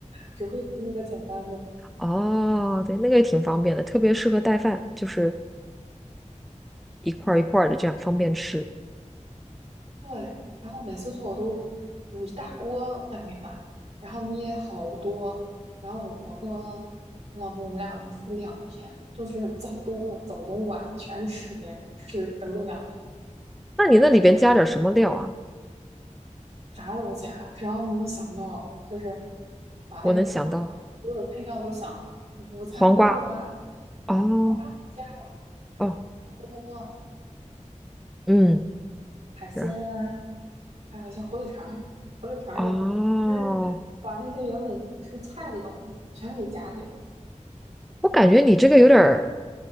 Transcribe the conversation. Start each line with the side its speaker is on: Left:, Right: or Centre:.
Right: 只会做那个简单的。
Centre: 哦，对，那个也挺方便的，特别适合带饭，就是一块儿一块儿的，这样方便吃。
Right: 对，然后每次做我都煮一大锅大米饭，然后捏好多，然后我跟我老公我们俩能吃两天，就是早中午早中晚全吃那个，吃整整两天。
Centre: 那你那里边加点什么料啊？
Right: 啥都加，只要你能想到的，就是把那个呃所有的配料都想好，
Centre: 我能想到
Right: 午餐肉啊，
Centre: 黄瓜。哦
Right: 黄瓜必加了，
Centre: 哦，
Right: 那胡萝卜、
Centre: 嗯，
Right: 海鲜啊，
Centre: 是啊
Right: 还有一些火腿肠儿 <laughs> 火腿肠儿也加，
Centre: 哦，
Right: 就是把那些原本是菜的东西全给夹里头，
Centre: 我感觉你这个有点儿